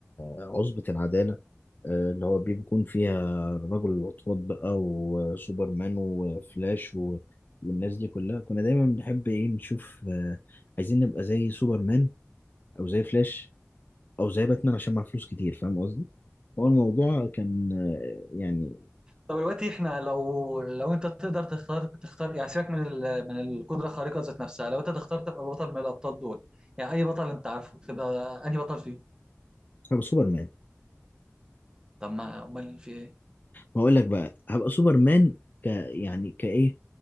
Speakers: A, on the left; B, on the right.
A: عصبة العدالة آه اللي هو بيكون فيها رجل الأطوات بقى وسوبرمان وفلاش و... والناس دي كلها كنا دايما بنحب ايه نشوف آه عايزين نبقى زي سوبرمان أو زي فلاش أو زي باتمان عشان معاه فلوس كتير فاهم قصدي؟ هو الموضوع
B: مم.
A: كان آه يعني
B: طب دلوقتي احنا لو لو انت تقدر تختار تختار يعني سيبك من ال... من القدره الخارقه ذات نفسها لو انت تختار تبقى بطل من الابطال دول يعني اي بطل انت عارفه تبقى انهي بطل فيهم
A: هو سوبرمان
B: طب ما امال في ايه
A: هقول لك بقى هبقى سوبرمان ك يعني كايه